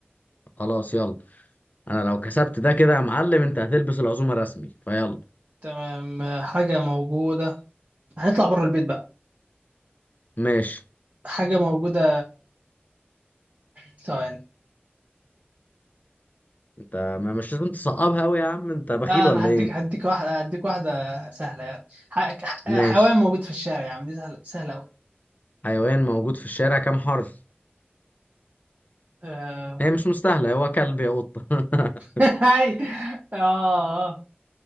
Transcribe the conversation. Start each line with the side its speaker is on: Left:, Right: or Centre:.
Left: خلاص يلا انا لو كسبت ده كده يا معلم انت هتلبس العزومة رسمي فيلا
Right: تمام آه، حاجه موجوده هنطلع بره البيت بقى
Left: ماشي
Right: حاجه موجوده ثواني
Left: انت ما مش لازم تصعبها قوي يا عم انت بخيل
Right: لا انا
Left: ولا
Right: هديك
Left: ايه
Right: هديك واحده هديك واحده سهله يعني ح- ح-
Left: ماشي
Right: حيوان موجود في الشارع يعني دي سهله سهله
Left: حيوان موجود في الشارع كام حرف
Right: قوي
Left: هي مش مستاهلة هو كلب يا قطة <laughs>
Right: هاي اه آه.